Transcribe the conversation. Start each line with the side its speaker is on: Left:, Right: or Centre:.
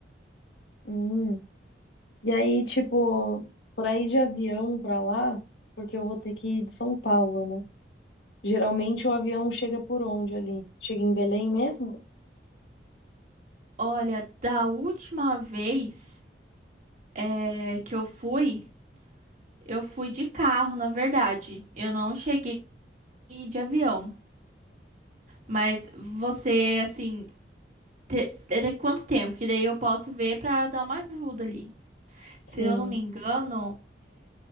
Left: Hum. E aí, tipo, pra ir de avião pra lá, porque eu vou ter que ir de São Paulo, né? Geralmente o avião chega por onde ali? Chega em Belém mesmo?
Right: Olha, da última vez é, que eu fui. Eu fui de carro, na verdade. Eu não cheguei de avião. Mas você, assim, te- até quanto tempo? Que daí eu posso ver pra dar uma ajuda ali. Se
Left: Sim.
Right: eu não me engano,